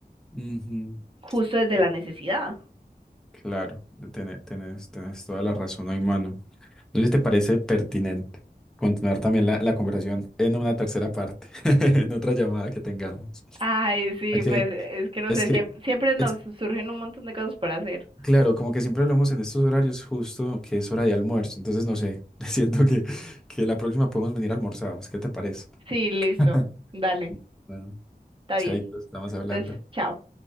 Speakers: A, in the centre; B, on the right.
A: ujú.
B: justo desde
A: Eh,
B: la necesidad.
A: Claro, de- tene- tenés, tenés toda la razón hoy, mano. No sé si te parece pertinente continuar también la, la conversación en una tercera parte, <laughs> en otra llamada que tengamos.
B: Ay, sí,
A: ¿A qué?
B: pues es que no
A: Es
B: sé,
A: que,
B: siempre, siempre nos
A: es que
B: surgen un montón de cosas por hacer.
A: Claro, como que siempre hablamos en estos horarios justo que es hora de almuerzo, entonces
B: Ujú.
A: no sé, <laughs> siento que, que la próxima podemos venir almorzados, ¿qué te parece?
B: Sí, listo.
A: <laughs>
B: Dale,
A: Bueno,
B: está
A: chaito,
B: bien.
A: estamos hablando.
B: Entonces, chao.